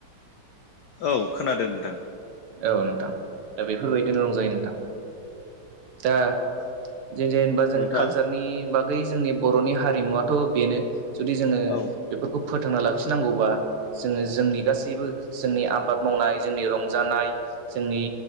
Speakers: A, on the left; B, on the right.
A: औ खोनादों नोंथां।
B: औ नोंथां दा बेफोरबायदिनो रंजायो नोंथां। दा जों जेनेबा जों
A: नोंथां
B: कालसारनि बागै जोंनि बर'नि हारिमुवाथ' बेनो। जुदि जोङो
A: औ
B: बेफोरखौ फोथांना लाखिनांगौबा जोङो जोंनि गासैबो जोंनि आबाद मावनाय जोंनि रं - जानाय जोंनि